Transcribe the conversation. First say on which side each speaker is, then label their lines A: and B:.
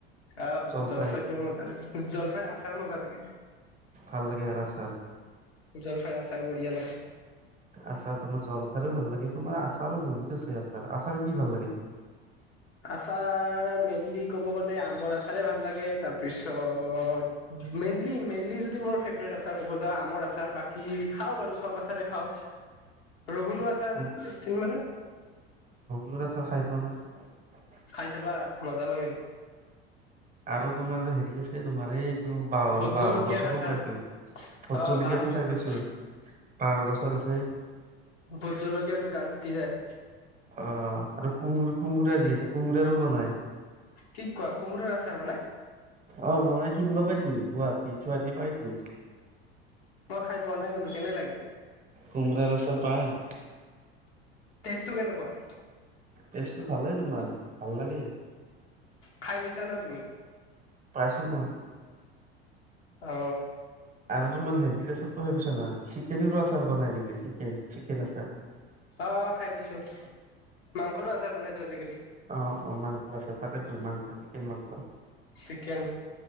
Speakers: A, on the left; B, on the right.
A: আহ
B: জলফাই
A: জলফাইতটো মজা লাগে জলফাইৰ আছা। তাৰ মজা লাগে।
B: কাল লাগে আৰাচাল।
A: উজ্বল ফেৰা আচাৰ বঢ়িয়া লাগে।
B: আচাৰ তোমাৰ জলফাইও ভাল লাগে, তোমাৰ আচাৰো বহুত আছে। আচাৰ, আচাৰ কি ভাল লাগে।
A: আচাৰ মেইনলি কব গলে আমৰ আচাৰে ভাল লাগে তাৰপিছত মেইনলি, মেইনলি যদি মই ফেভৰেট আচাৰ কব যাওঁ আমৰ আচাৰ বাকী খাওঁ বাৰু চব আচাৰে খাওঁ। ৰঘুনু আচাৰ
B: তুম
A: চিনি পা নে।
B: মোৰ আচাৰ খাই পোৱা নাই।
A: খাই চাবা মজা লাগে।
B: আৰু তোমাৰ হেৰি আছে তোমাৰ এই। বাঁহৰ,
A: ভোট
B: বাঁহৰ
A: জলকীয়াৰ
B: গছৰো
A: আচাৰ
B: পাইছো, ভুট
A: অ
B: জলকীয়াটো
A: বাঁহৰ গছৰ
B: খাই পাইছো। বাঁহৰ গছৰ আছে।
A: ভুট জলকীয়াটো গান ফাটি যায়।
B: অ আৰু কোমো কোমোৰা যি আছে। কোমোৰাৰো বনায়।
A: কি কোৱা কোমোৰাৰ আচাৰ বনায়।
B: অ বনাই কিনিব পাইতো গুৱাহাটী। তিছোৱাদি পাইছো।
A: মই খাই পোৱা নাই কুন্তু কেনে লাগে?
B: কোমৰাৰ আচাৰ পায়।
A: তেজটো কেনেকুৱা?
B: তেজটো ভালে তোমাৰ ভাল লাগে।
A: খাই পাইছা নহ তুমি?
B: পাইছো মই।
A: অ
B: আৰু তোমাৰ হেৰি চব। পিছে নাই চিকেনোৰো আচাৰ বনাই দিলে চিকেন, চিকেন আচাৰ।
A: অ অ খাই পাইছো। মাংসৰো আচাৰ বনাইতো আজিকালি
B: অ অ মাংসৰ আচাৰ। তাকে টো মাংস, চিকেন মাংস।
A: চিকেন